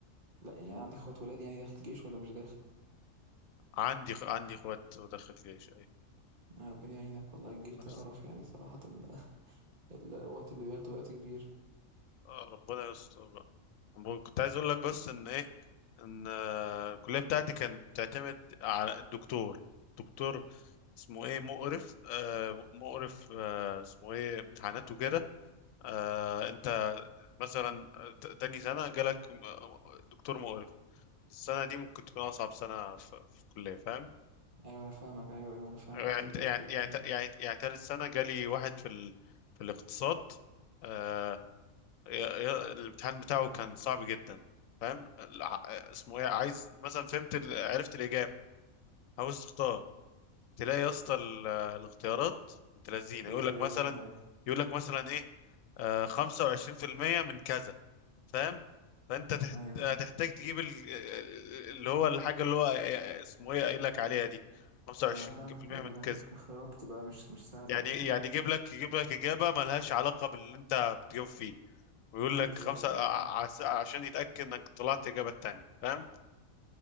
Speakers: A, on the right; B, on the left.
A: لا يعني عندك اخوات ولاد يعني داخل جيش ولا مش داخل
B: عندي عندي اخوات ودخل جيش
A: آه، ربنا يعينك والله الجيش ده
B: ايوه
A: قرف يعني صراحة <laughs> الوقت اللي بياخده وقت كبير
B: آه ربنا يستر بقى أنا كنت عايز اقول لك بس ان ايه ان آه، الكليه بتاعتي كانت تعتمد على الدكتور دكتور اسمه ايه مقرف آه مقرف آه اسمه ايه امتحانات وكده آه انت مثلا ت- تاني سنه جالك م- دكتور مقرف السنه دي ممكن تكون اصعب سنه في, في الكليه فاهم
A: ايوه انا فاهمك ايوه ايوه انا فاهم
B: يعني
A: قصدك اللي
B: يعني
A: بتتكلم
B: يعني
A: فيه
B: يعني يعني تالت سنه جالي واحد في ال... في الاقتصاد آه، يا- يا- الامتحان بتاعه كان صعب جدا فاهم الع- اسمه ايه عايز مثلا فهمت ال- عرفت الاجابه عاوز تختار تلاقي يا اسطى ال- الاختيارات انت لذينه
A: كلها
B: يقول لك
A: زي
B: مثلا
A: بعض ايوه
B: يقول لك مثلا ايه آه 25% من كذا فاهم فانت تح-
A: ايوه
B: هتحتاج تجيب ال- اللي هو الحاجه اللي هو آه، آه، اسمه ايه قايل لك عليها دي 25%
A: ما انا فاهمك ايوه
B: من كذا
A: الاختيارات بتبقى مش مش سهلة
B: يعني
A: ايوه انا
B: يعني
A: فاهم
B: يجيب لك يجيب لك اجابه ملهاش علاقه باللي انت بتجاوب فيه ويقول لك
A: بالظبط
B: خمسة
A: أيوة،
B: ع-
A: انا فاهم
B: عس- عشان يتأكد انك طلعت اجابة التانية فاهم